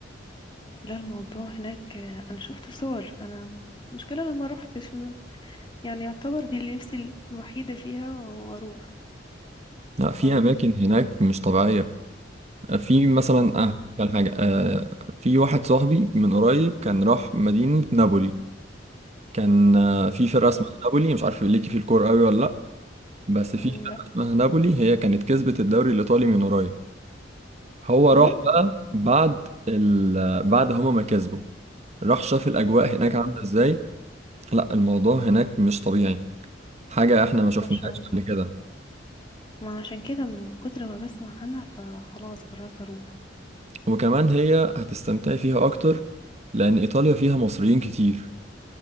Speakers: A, on the left; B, on the right.
A: لا الموضوع هناك آه، انا شفت صور انا المشكلة انا ما روحتش م- يعني يعتبر دي اللي نفسي الوحيدة فيها واروح
B: لا
A: ف
B: في اماكن هناك مش طبيعية آه، في مثلا
A: امم
B: اه كان حاجة آه في واحد صاحبي من قريب كان راح مدينة نابولي كان آه، في فرقة
A: امم
B: اسمها نابولي مش عارف ليكي في الكورة قوي ولا لا بس في
A: أمم،
B: فرقة
A: لا
B: اسمها نابولي هي كانت كسبت الدوري الإيطالي من قريب هو
A: بجد
B: راح بقى بعد ال... بعد هما ما كسبوا راح شاف الأجواء هناك
A: امم
B: عاملة إزاي لا الموضوع هناك مش طبيعي حاجة إحنا ما شفناهاش
A: ما شاء الله
B: قبل كده
A: ما عشان كده من كتر ما بسمع عنها فخلاص قررت اروح
B: وكمان هي هتستمتعي فيها أكتر لأن إيطاليا فيها مصريين كتير